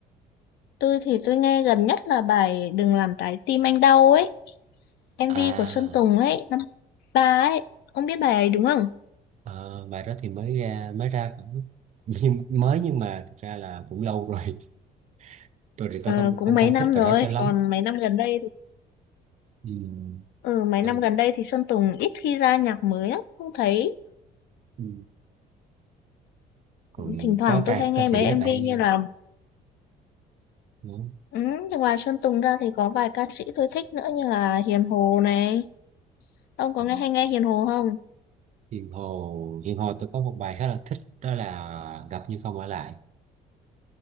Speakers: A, on the left (about 75°); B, on the right (about 45°).
A: tôi thì tôi nghe gần nhất là bài Đừng làm trái tim anh đau ấy MV
B: À
A: của Sơn Tùng ấy, năm ba ấy Ông biết bài ấy đúng không?
B: Ờ, bài đó thì mới ra mới ra cũng <laughs> nhưng mới nhưng mà thực ra là cũng lâu rồi <laughs> tôi thì tôi
A: Ờ,
B: không
A: cũng
B: không
A: mấy
B: không
A: năm
B: thích
A: rồi,
B: bài đó cho lắm
A: còn mấy năm gần đây thì...
B: ừ,
A: Ừ, mấy
B: tôi,
A: năm gần đây thì Sơn Tùng ít khi ra nhạc mới lắm Không thấy,
B: ừ. còn
A: thỉnh thoảng
B: có ca
A: tôi hay nghe
B: ca sĩ
A: mấy MV
B: là bạn nghe
A: như là
B: nữa
A: Ừ, thì ngoài Sơn Tùng ra thì có vài ca sĩ tôi thích nữa như là Hiền Hồ này. Ông có
B: Ờ,
A: nghe hay nghe Hiền Hồ không?
B: Hiền Hồ Hiền Hồ tôi có một bài khá là thích đó là gặp nhưng không ở lại